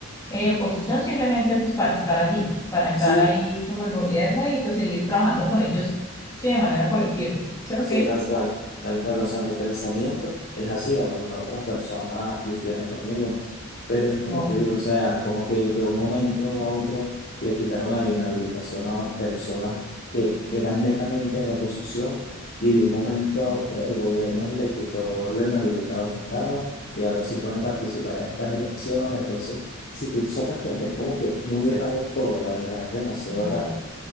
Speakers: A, on the left; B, on the left.
A: eh, oposición simplemente pues para estar allí, para entrar
B: Sí,
A: ahí como el gobierno y pues seguir trabajando con ellos, sí, de manera colectiva. ¿Eso es lo
B: Sí,
A: que dices?
B: tal cual, tal cual, o sea, mi pensamiento es así, a lo mejor otras personas difieren conmigo, pero es como
A: No,
B: te digo, o sea, como que de un momento a otro le quitaron la inhabilitación a personas que eran netamente de la oposición y de un momento a otro el gobierno le quitó lo inhabilitado que estaban y ahora sí pueden participar en estas elecciones, entonces, si tú sacas cuenta, es como que muy raro todo, la verdad, es demasiado
A: ¿verdad?
B: raro.